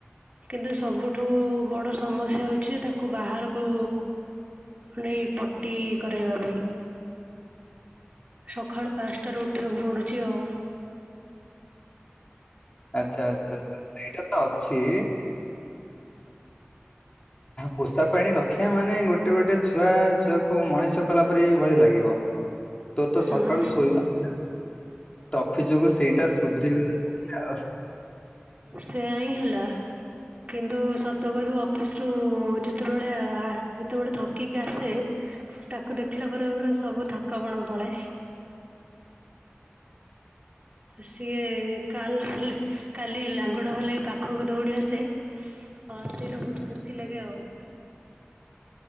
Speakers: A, on the right; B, on the left.
A: କିନ୍ତୁ ସବୁଠୁ ବଡ ସମସ୍ୟା ହଉଛି ତାକୁ ବାହାରକୁ ନେଇ ପଟି କରାଇବା ପାଇଁ ସକାଳୁ ପାଞ୍ଚଟାରୁ ଉଠିବାକୁ ପଡୁଛି ଆଉ
B: ଆଚ୍ଛା ଆଚ୍ଛା ଏଇଟା ତ ଅଛି ପୋଷା ପାଣି ରଖିବା ମାନେ ଗୋଟେ ଗୋଟେ ଛୁଆ ଛୁଆକୁ ମଣିଷ ଚାଷ କଲା ପରେରି ଭଳି ଲାଗିବ ତୋର ତ
A: ହୁଁ।
B: ସକାଳୁ ଶୋଇବା। ଟଫି ଯୋଗୁ ସେଇଟା ସୁଧୁର ଗଲେ ଆ
A: ସେୟା ହଁ ହେଲା। କିନ୍ତୁ ସତ କିବି ଅଫିସ ରୁ ଯେତେବେଳେ ଯେତେବେଳେ ଥକିକି ଆସେ ତାକୁ ଦେଖିଲା ପରେ ପୁରା ସବୁ ଥକାପଣ ପଳାଏ। ସିଏ କାଲ କାଲି ଲାଙ୍ଗୁଡ ହଲାଗ ପାଖକୁ ଦୌଡି ଆସେ ହଁ ସେଇଟା ବହୁତ ଖୁସି ଲାଗେ ଆଉ।